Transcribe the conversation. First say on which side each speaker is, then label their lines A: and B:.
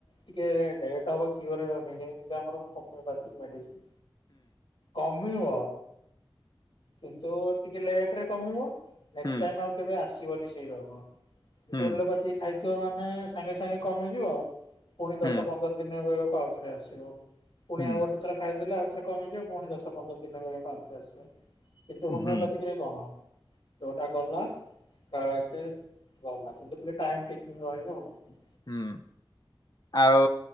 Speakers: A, on the left; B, on the left.
A: ଟିକେ ଲେଟ୍ ହବ କିଲିଇର ହେବାପାଇଁ ଯେମତି ଆମର ହୋମ୍ୟପାଥି ମେଡ଼ିସିନ୍। କମିଵ କିନ୍ତୁ ଟିକେ ଲେଟ୍ ରେ କମିବ। ନେକ୍ସଟାଇମ୍
B: ହୁଁ
A: ଆଉ କେଭେ ଆସିବନି ସେଇ ରୋଗ ଯେତେବେଳେ
B: ହୁଁ ହୁଁ
A: ଲୋକଟି ଖାଇଥିବ ମାନେ ସାଙ୍ଗେ ସାଙ୍ଗେ ସାଙ୍ଗେ କମିଯିବ ପୁଣି ଦଶ
B: ହୁଁ
A: ପନ୍ଦର ଦିନ ବେଳକୁ ଆଉ ଥରେ ଆସିବ। ପୁଣି
B: ହୁଁ
A: ଆଉ ଗୋଟେ ଥର ଖାଇଦେଲେ ଆଉଥରେମିଯିବ ପୁଣି ଦଶ ପନ୍ଦର ଦିନ ବେଳକୁ ଆଉଥରେ ଆସିବ। କିନ୍ତୁ ହୋମିଓପାଥିକରେ
B: ହୁଁ
A: କଣ ଯୋଟା ଗଲା କଳ ଦରମା କିନ୍ତୁ ଟିକେ ଟାଇମ ଟେକିଙ୍ଗ ରହିବ ଆଉ।
B: ହୁଁ ଆଉ